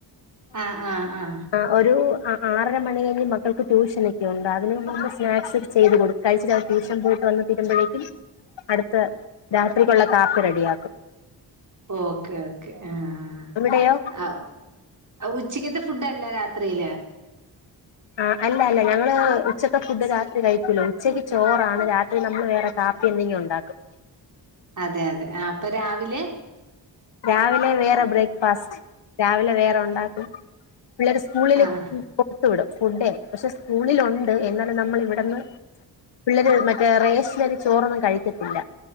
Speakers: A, on the right; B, on the left.
A: ആഹ് ആഹ് ആഹ്
B: ആഹ് ഒരു അ ആറര മണി കഴിഞ്ഞ് മക്കൾക്ക് ട്യൂഷനൊക്കെ ഉണ്ട് അതിന് മുമ്പ് സ്നാക്സ് ചെയ്ത് കൊടു കഴിച്ചിട്ട് അവര് ട്യൂഷൻ പോയിട്ട് വന്ന് തീരുമ്പഴേക്കും അടുത്ത് രാത്രിക്കുള്ള കാപ്പി റെഡിയാക്കും.
A: ഓക്കേ ഓക്കേ ആഹ്
B: അവിടെയോ
A: ആഹ് ഓഹ് ഉച്ചക്കത്തെ ഫുഡല്ല രാത്രിയില്.
B: ആഹ് അല്ല അല്ല ഞങ്ങള് ഉച്ചത്തെ ഫുഡ് രാത്രി കഴിക്കൂല ഉച്ചക്ക് ചോറാണ് രാത്രി നമ്മൾ വേറെ കാപ്പി എന്തെങ്കിലും ഉണ്ടാക്കും.
A: അതെ അതെ ആ അപ്പൊ രാവിലെ
B: രാവിലെ വേറെ ബ്രേക്ക്ഫാസ്റ്റ് രാവിലെ വേറെ ഉണ്ടാക്കും. പിള്ളേര് സ്കൂളിൽ
A: ആഹ്
B: കൊടുത്തു വിടും ഫുഡേ. പക്ഷെ സ്കൂളിലുണ്ട് എന്നാലും നമ്മൾ ഇവിടുന്ന് പിള്ളര് മറ്റേ റേഷനരി ചോറൊന്നും കഴിക്കത്തില്ല.